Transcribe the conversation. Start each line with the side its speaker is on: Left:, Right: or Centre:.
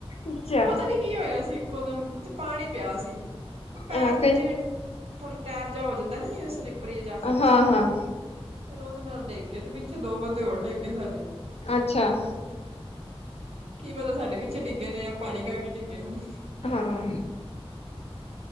Left: ਅੱਛਾ
Right: ਪਤਾ ਨੀ ਕੀ ਹੋਇਆ ਸੀ ਇੱਕਦਮ ਉੱਥੇ ਪਾਣੀ ਪਿਆ ਸੀ ਉਹ ਪੈਰ
Left: ਹਾਂ ਕਈ
Right: ਜਿਵੇਂ ਥੋੜੇ ਟਾਇਰ ਜ ਹੋ ਜਾਂਦਾ ਨਾ ਜਿਵੇਂ ਸਲਿਪਰੀ ਜਾ
Left: ਹਾਂ ਹਾਂ
Right: ਫੇਰ ਉਹਦੇ ਨਾਲ ਡਿੱਗ ਗਏ ਤੇ ਪਿੱਛੇ ਦੋ ਬੰਦੇ ਹੋਰ ਡਿੱਗੇ ਗਏ ਸਾਡੇ
Left: ਅੱਛਾ।
Right: ਕੀ ਪਤਾ ਸਾਡੇ ਪਿੱਛੇ ਡਿੱਗੇ ਨੇ ਯਾ ਪਾਣੀ ਕਰਕੇ ਡਿੱਗੇ ਹਨ।
Left: ਹਾਂ।